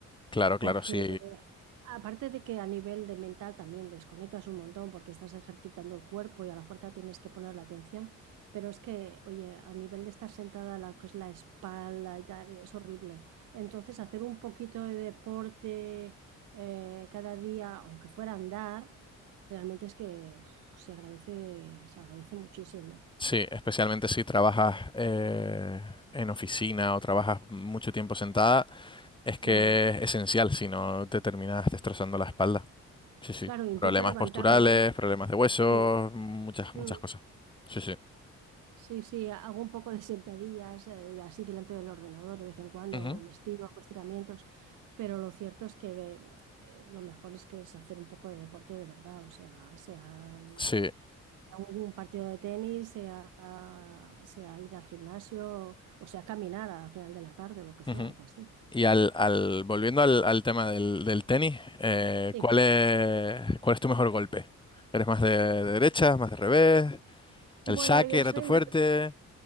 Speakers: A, on the left; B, on the right.
A: claro,
B: Porque
A: claro, sí.
B: aparte de que a nivel de mental también desconectas un montón porque estás ejercitando el cuerpo y a la fuerza tienes que poner la atención, pero es que, oye, a nivel de estar sentada, la que es la espalda y tal, es horrible. Entonces, hacer un poquito de deporte eh, cada día, aunque fuera a andar, realmente es que uf, se agradece, se agradece muchísimo.
A: Sí, especialmente si trabajas eh, en oficina o trabajas mucho tiempo sentada, es que
B: Claro,
A: es esencial, si no te terminas destrozando la espalda. Sí, sí.
B: claro, intento
A: Problemas
B: levantarme.
A: posturales,
B: ¿eh?
A: problemas de huesos,
B: Sí.
A: muchas,
B: mm.
A: muchas cosas. Sí, sí.
B: Sí, sí, hago un poco de sentadillas eh, así delante del ordenador de vez en cuando,
A: Ujú.
B: o me estiro, hago estiramientos, pero lo cierto es que eh, lo mejor es que es hacer un poco de deporte de verdad, o sea, sea el-
A: Sí.
B: un partido de tenis, sea, sea ir al gimnasio, o sea, caminar al final de la tarde o lo que sea,
A: ujú.
B: algo así.
A: Y al, al, volviendo al, al tema del, del tenis, eh,
B: Sí.
A: ¿cuál es, cuál es tu mejor golpe? ¿Eres más de, de derecha, más de revés?
B: Bueno,
A: ¿El saque
B: yo
A: era
B: soy
A: tu fuerte?
B: más